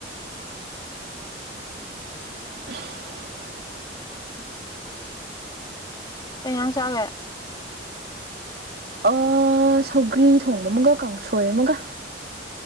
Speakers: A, on the right; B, on the left.
A: <unintelligible>
B: ꯀꯩ ꯑꯩꯉꯥꯡ ꯆꯥꯒꯦ
A: ꯑꯥ ꯁꯧꯒ꯭ꯔꯤ ꯊꯣꯡꯕ ꯑꯃꯒ ꯀꯥꯡꯁꯣꯏ ꯑꯃꯒ